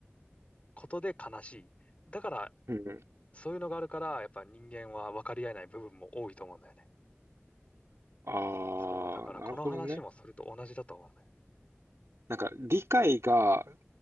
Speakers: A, on the left; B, on the right.
A: ことで悲しい。だから、
B: うん。
A: そういうのがあるから、やっぱ人間は分かり合えない部分も多いと思うんだよね。
B: ああ、
A: そう、だからこの話もそれと同じだと思うんだよね。
B: なるほどね。なんか理解が、